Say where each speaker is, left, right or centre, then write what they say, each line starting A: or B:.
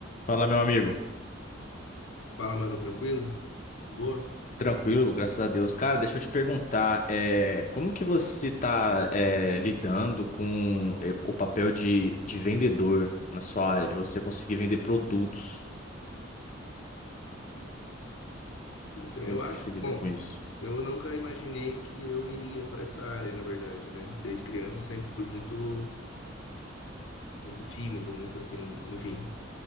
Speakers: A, on the left (about 40°); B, on the left (about 75°).
A: Fala, meu amigo.
B: Fala, mano, tranquilo? De boa?
A: Tranquilo, graças a Deus. Cara, deixa eu te perguntar, é, como que você está lidando com é, o papel de, de vendedor na sua área, de você conseguir vender produtos?
B: Então,
A: Como
B: Eu acho,
A: que se lida
B: bom,
A: com isso?
B: eu nunca imaginei que eu iria para essa área, na verdade, né? Desde criança eu sempre fui muito, muito tímido, muito assim, enfim.